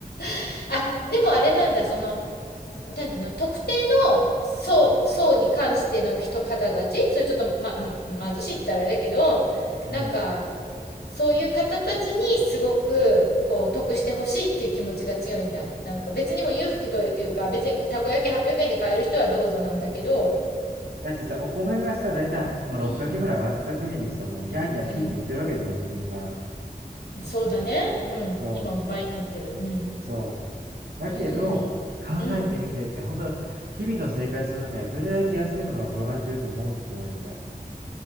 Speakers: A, on the left; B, on the right.
A: <laughs> あ、でもあれなんだ、その、なんていうの特定の層層に関しての人方たちそれちょっとま、ま、貧しいって言ったらあれだけどなんか
B: うん。
A: そういう方たちにすごくこう得してほしいっていう気持ちが強いんだなんか別にも裕福というか別にたこ焼き800円で買える人はどうぞなんだけど
B: だってさ、お米がさ、だいたい、まあ、
A: うん
B: 600円ぐらい上がった時にさ、もうギャーギャーピーピー言ってるわけじゃん、
A: うん
B: 今みんな。
A: そうだねうん今も倍になってるうん
B: そう、そう。だけど、
A: うんうん
B: 考えてみてって、本当日々の生活の中でどれだけ安いものが転がってると思うってマジで。